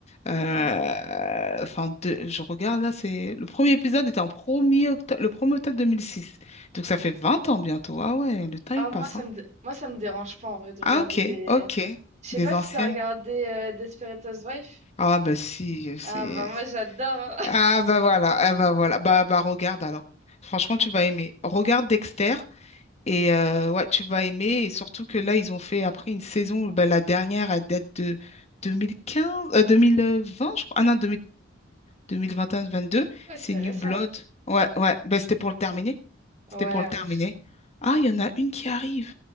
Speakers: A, on the left (about 35°); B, on the right (about 35°).
A: Euh,
B: Mm.
A: Enfin, de- je regarde là, c'est le premier épisode était en premier er octo- le 1er octobre 2006. Donc ça fait 20 ans bientôt. Ah ouais, le temps
B: Ah,
A: il passe,
B: moi, ça
A: hein.
B: me, dé- moi, ça me dérange pas en vrai de regarder
A: Ah ok,
B: des.
A: ok.
B: Je sais
A: Des
B: pas si
A: anciennes.
B: t'as regardé euh, Desperate Housewives.
A: Ah bah si, euh, c'est.
B: Ah, bah, moi, j'adore.
A: Ah bah voilà, ah bah voilà. Bah bah regarde alors.
B: <laughs>
A: Franchement,
B: Hmm.
A: tu vas aimer. Regarde Dexter. Et euh, ouais, tu vas aimer. Et surtout que là, ils ont fait après une saison, bah, la dernière, elle date de 2015, euh, 2020, je crois. Ah non, 2022. vingt deux
B: Ouais,
A: c'est
B: c'est
A: New
B: récent.
A: Blood. Ouais, ouais. Bah, c'était pour le terminer. C'était
B: Ouais,
A: pour le terminer.
B: ouais. je-
A: Ah, il y en a une qui arrive.